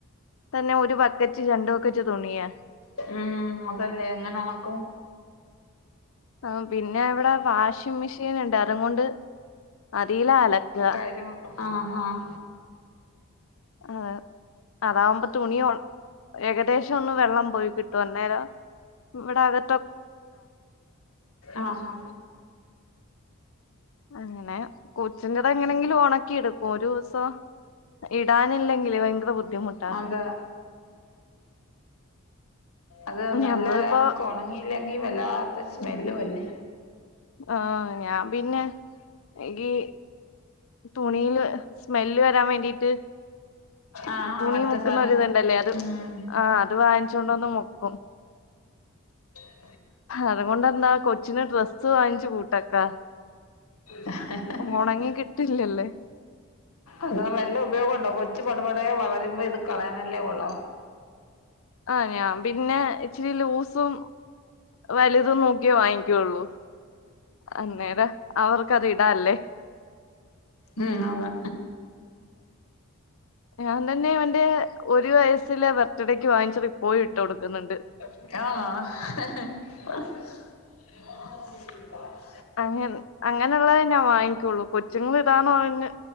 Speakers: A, on the left; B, on the left.
A: തന്നെ ഒരു ബക്കറ്റ് രണ്ട് ബക്കറ്റ് തുണിയാ.
B: ഉം അതല്ലേ എങ്ങനെ ഒണക്കും.
A: ആ പിന്നെ ഇവിടെ വാഷ് ഷിങ് മിഷീനിണ്ട് അത്കൊണ്ട് അതീലാ അലക്കാ
B: കഴിവ് ആഹ് ആഹ്
A: അതെ അതാവുമ്പോ തുണി ഒ ഏകദേശൊന്ന് വെള്ളം പോയി കിട്ടും അന്നേരം ഇവിടെ അക
B: ആ ഹാ
A: അങ്ങനെ കൊച്ചിന്റെതെങ്ങനെങ്കിലും ഒണക്കിയെടുക്കും ഒരൂസം ഇടാനില്ലെങ്കിലെ ഭയങ്കര ബുദ്ധിമുട്ടാ
B: അതെ അത്
A: ഞമ്മളിപ്പോ
B: നല്ലെയാണ് ഒണങ്ങീല്ലെങ്കിൽ വല്ലാത്ത സ്മെല്ലും അല്ലേ.
A: ആഹ് ഞാൻ പിന്നെ ഈ തുണീല് സ്മെല്ല് വരാൻ വേണ്ടീട്ട്.
B: ആഹ്
A: തുണി
B: മറ്റേ
A: മുക്കുന്നരിത്ണ്ടല്ലേ
B: സാധനം മുക്കും
A: അത്
B: ഉം
A: ആ അത് വാങ്ങിച്ചോണ്ടെന്ന് മുക്കും.
B: <inaudible>
A: അതുകൊണ്ടെന്താ കൊച്ചിന് ഡ്രസ്സ് വാങ്ങിച്ചു കൂട്ടക്കാ
B: ഹഹഹഹ.
A: ഒണങ്ങി കിട്ടില്ലല്ലേ
B: അതാ വല്ല ഉപയോഗണ്ടോ കൊച്ച് പടപടേ വളരുമ്പോ ഇത് കളയാനല്ലേ കൊള്ളാവൂ
A: ആ ഞാൻ പിന്നെ ഇച്ചിരി ലൂസും. വലുതും നോക്കിയേ വാങ്ങിക്കൊള്ളൂ അന്നേര അവർക്കതിടാല്ലേ.
B: ഉം അതെ.
A: ഞാൻ തന്നെ ഇവന്റെ ഒരു വയസ്സിലെ ബർത്ത്ഡേക്ക് വാങ്ങിച്ചതിപ്പോയും ഇട്ട് കൊടുക്കുന്നുണ്ട്.
B: ആഹ്
A: അങ്ങ അങ്ങനെയുള്ളതേ ഞാൻ വാങ്ങിക്കൊള്ളൂ കൊച്ചുങ്ങൾ ഇതാന്ന് പറഞ്ഞ്